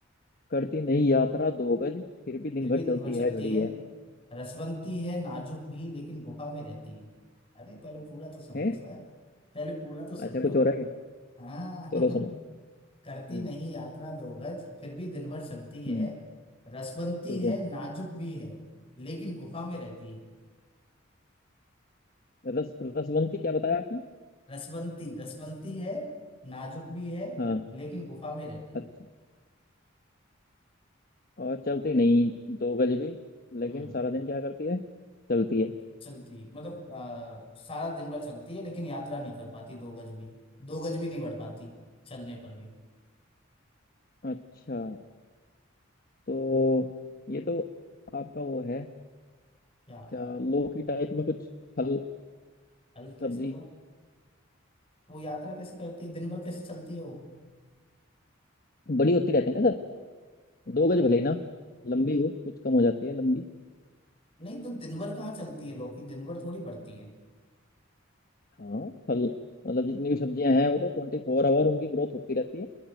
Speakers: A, on the left (about 45°); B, on the left (about 30°).
A: करती नहीं यात्रा दो गज फिर भी दिन
B: फिर
A: भर
B: भी दिन
A: चलती
B: भर चलती
A: है घड़ी
B: है
A: है
B: रसवंती है नाजुक भी लेकिन गुफा में रहती है अरे पहले पूरा तो सुन
A: हैं
B: लो सर पहले पूरा तो सुन
A: अच्छा
B: लो
A: कुछ हो रहा है
B: हाँ
A: चलो
B: <laughs>
A: सुनो
B: करती
A: हम्म
B: नहीं यात्रा दो गज फिर भी दिन भर चलती है
A: हम्म
B: रसवंती
A: ठीक
B: है
A: है
B: नाजुक भी है लेकिन गुफा में रहती है
A: रस रसवंती क्या बताया आपने
B: रसवंती रसवंती है नाजुक भी है
A: हाँ
B: लेकिन गुफा में रहती है
A: अच्छा और चलती नहीं दो गज भी लेकिन
B: हम्म
A: सारा दिन क्या करती है चलती है
B: चलती मतलब आ, सारा दिन भर चलती है लेकिन यात्रा नहीं कर पाती दो गज भी दो गज भी नहीं बढ़ पाती चलने पर भी
A: अच्छा तो ये तो आपका वो है
B: क्या
A: क्या लौकी टाइप में कुछ फल
B: हल कैसे
A: सब्जी
B: हुआ वो यात्रा कैसे करती है दिन भर कैसे चलती है वो
A: बड़ी होती रहती है ना दो
B: यार,
A: गज भले ही ना लंबी हो कुछ कम हो जाती है लंबी
B: नहीं तो दिन भर कहाँ चलती है लौकी दिन भर थोड़ी बढ़ती है
A: हाँ फल मतलब जितनी भी सब्जियां हैं वो तो ट्वेंटी फोर आवर उनकी ग्रोथ होती रहती है